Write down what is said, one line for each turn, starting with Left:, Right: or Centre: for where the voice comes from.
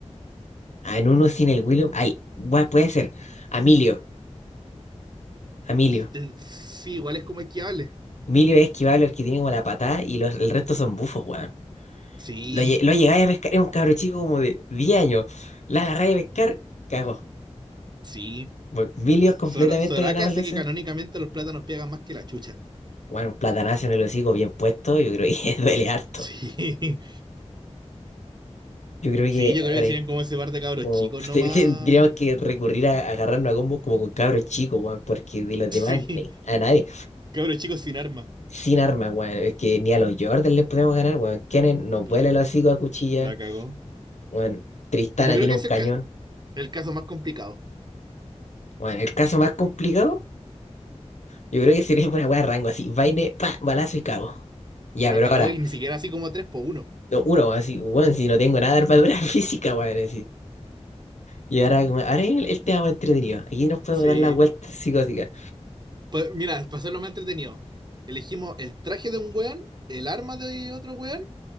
Left: A en uno sin el William. Al, weón, puede ser. A Emilio, a Emilio.
Right: Ten- Sí, igual es como esquiable.
Left: Emilio es esquivable, el que tiene como la patada y los, el resto son bufos, weón.
Right: Sí,
Left: Lo, lle- lo llegáis a pescar, es un cabro chico como de 10 años. La agarráis a pescar, cagó.
Right: sí.
Left: Bueno, milios
Right: Sor-
Left: completamente
Right: Soraka
Left: ganables.
Right: sé que
Left: ese.
Right: canónicamente los plátanos pegan más que la chucha.
Left: Bueno, un platanazo en el hocico bien puesto, yo creo que <laughs> duele harto.
Right: Sí,
Left: Yo creo
Right: <laughs>
Left: que,
Right: sí, yo
Left: a
Right: creo
Left: ver,
Right: que
Left: eh,
Right: serían como ese par de cabros
Left: como
Right: chicos
Left: <laughs>
Right: nomás.
Left: tendríamos
Right: <laughs>
Left: que recurrir a, agarrarnos a combos como con cabros chicos, weón, porque de los
Right: Sí,
Left: demás, ni- a nadie,
Right: cabros chicos sin arma.
Left: sin armas, weón, es que ni a los Jordan les podemos ganar, weón. Kennen nos
Right: La,
Left: vuela el hocico a cuchilla,
Right: la cagó.
Left: weón. Tristana
Right: Yo creo
Left: tiene
Right: que
Left: un
Right: es
Left: cañón.
Right: el, ca- el caso más complicado.
Left: Bueno, el caso más complicado. Yo creo que sería una weá rango así. Vaine, pa, balazo y cago. Ya,
Right: La
Left: pero
Right: cagó
Left: ahora,
Right: y ni siquiera así como 3 por uno
Left: no, uno, así, bueno, si no tengo nada de armadura <laughs> física, weón, así. Y ahora, como- ahora es el, el tema más entretenido. Aquí nos podemos
Right: Sí.
Left: dar las vueltas psicóticas.
Right: Pa- mira, para hacerlo más entretenido, elegimos el traje de un weón, el arma de otro weón